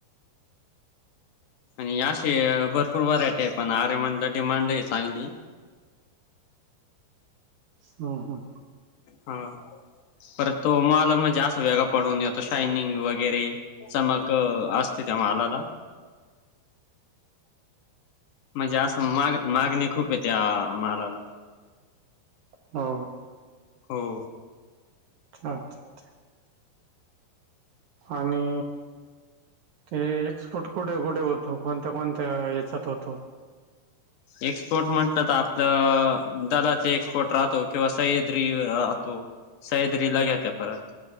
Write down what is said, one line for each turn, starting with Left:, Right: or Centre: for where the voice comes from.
Left: आणि असे भरपूर वरायटी आहे पण आर एमन ला डिमांड आहे चांगली
Right: हा हा
Left: हा पर तो मला म्हणजे अस वेगा पडून येतो शायनिंग वगैरे चमक असते त्या मालाला म्हणजे असं माग मागणी खूप आहे त्या मालाला
Right: ह <unintelligible>
Left: हो!
Right: अच्छा, अच्छा, अच्छा. आणि हे एक्सपोर्ट कुठे, कुठे, होत कोणत्या, कोणत्या हेच्यात होत-
Left: एक्सपोर्ट म्हटलं तर आपलं, दलाचे एक्सपोर्ट राहतो, किंवा सह्याद्री राहतो सह्याद्रीला घेत्या परत